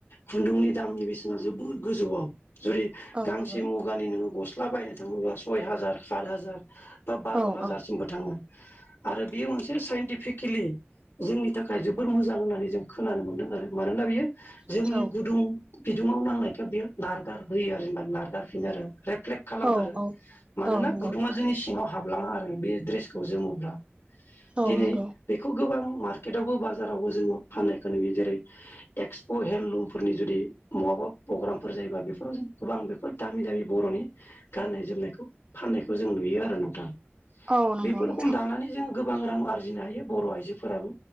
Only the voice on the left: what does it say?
खुन्दुंनि दामनि बेसेना जोबोद गोजौआव जुदि
गांसे
मुगानि नोङो गस्ला बायनो थाङोब्ला सय हाजार सात हाजार ब बार
हाजारसिमबो
आरो बियो मोनसे साइन्टिफिकेलि जोंनि थाखाय जोबोर मोजां होननानै जों खोनानो मोनदों आरो मानोना बियो जोंनि
गुदुं बिदुङाव नांनायखौ बे नारगार होयो आरो जेनबा नारगारफिनो आरो रेफ्लेग खालामो
आरो
मानोना
गुदुङा जोंनि सिङाव हाबलाङा आरो बे ड्रेसखौ जोमोब्ला
दिनै
बेखौ गोबां मार्केटावबो बाजारावबो जोङो फाननायखौ नुयो जेरै एक्सप हेन्दलुमफोरनि जुदि महाबा प्रग्रामफोर जायोबा बेफोराव जों गोबां बेफोर दामि दामि बर'नि गाननाय जोमनायखौ फाननायखौ जों नुयो आरो नोंथां बेफोर
रखम दानानै जोङो गोबां रां आरजिनो हायो बर' आइजोफोराबो